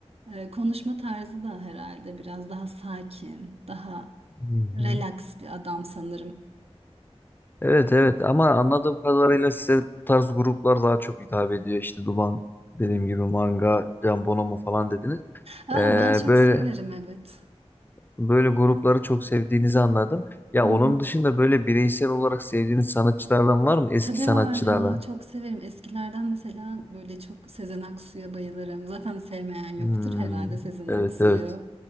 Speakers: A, on the right (about 65°); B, on the left (about 20°).
A: e, konuşma tarzı da herhalde biraz daha sakin, daha
B: Hı
A: relax
B: hı.
A: bir adam sanırım.
B: Evet evet ama anladığım kadarıyla size bu tarz gruplar daha çok hitap ediyor. İşte Duman dediğim gibi Manga, Can Bonomo falan dediniz.
A: Aa,
B: Ee,
A: ben çok
B: böyle
A: severim evet.
B: böyle grupları çok sevdiğinizi anladım. Ya
A: Hı hı.
B: onun dışında böyle bireysel olarak sevdiğiniz sanatçılardan var mı? Eski
A: Tabii var
B: sanatçılardan.
A: ya çok severim. Eskilerden mesela böyle çok Sezen Aksu'ya bayılırım. Zaten sevmeyen yoktur
B: Hmm,
A: herhalde Sezen
B: evet
A: Aksu'yu.
B: evet